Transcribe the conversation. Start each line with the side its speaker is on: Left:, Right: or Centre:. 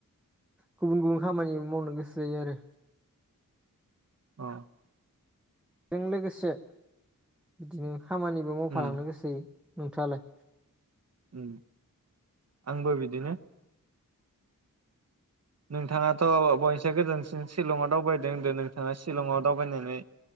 Centre: गुबुन गुबुन खामानि मावनो गोसो जायो आरो
Right: औ
Centre: जों लोगोसे बिदिनो खामानिबो मावफालांनो
Right: उम
Centre: गोसो जायो नोंथालाय
Right: उम आंबो बिदिनो नोंथाङाथ' बयनिसाय गोजोनस शिलंआव दावबायदो होनदो नोंथाङा सिलंआव दावबायनानै